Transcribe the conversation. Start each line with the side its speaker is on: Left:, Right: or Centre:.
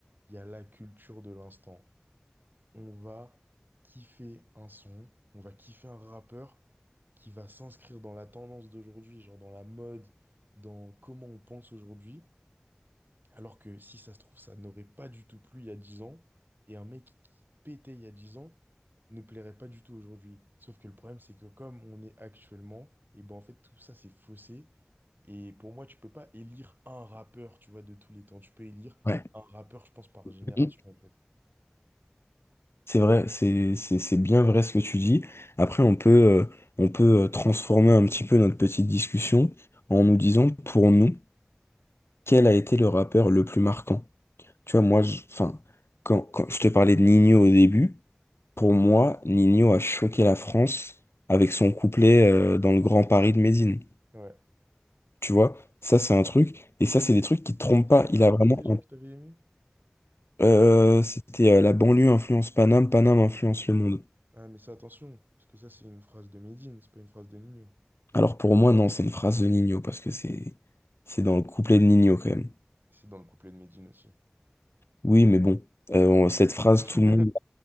Right: il y a la culture de l'instant. On va kiffer un son, on va kiffer un rappeur qui va s'inscrire dans la tendance d'aujourd'hui, genre dans la mode, dans comment on pense aujourd'hui. Alors que si ça se trouve, ça n'aurait pas du tout plu il y a 10 ans, et un mec qui pétait il y a 10 ans ne plairait pas du tout aujourd'hui. Sauf que le problème, c'est que comme on est actuellement, et ben en fait tout ça c'est faussé. Et pour moi, tu peux pas élire un rappeur, tu vois, de tous les temps. Tu peux élire
Left: Ouais.
Right: un rappeur, je pense, par génération,
Left: Mhm.
Right: en fait.
Left: C'est vrai, c'est c'est- c'est bien vrai ce que tu dis. Après, on peut, euh, on peut euh, transformer un petit peu notre petite discussion en nous disant, pour nous, quel a été le rappeur le plus marquant? Tu vois, moi, je, enfin, quand, quand je te parlais de Nino au début, pour moi, Nino a choqué la France avec son couplet, euh, dans le Grand Paris de Médine.
Right: Ouais.
Left: Tu vois, ça c'est un truc. Et ça, c'est des trucs qui te trompent
Right: C'était
Left: pas.
Right: quoi
Left: Il
Right: la
Left: a
Right: phrase
Left: vraiment.
Right: déjà que t'avais aimée?
Left: Euh, c'était euh, la banlieue influence Paname, Paname influence le monde.
Right: Ah, mais ça, attention, parce que ça, c'est une phrase de Medine, c'est pas une phrase de Nino.
Left: Alors pour moi, non, c'est une phrase de Nino parce que c'est c'est dans le couplet de Nino quand même.
Right: C'est dans le couplet de Medine aussi.
Left: Oui, mais bon, euh, on- cette phrase,
Right: <laughs>
Left: tout le monde,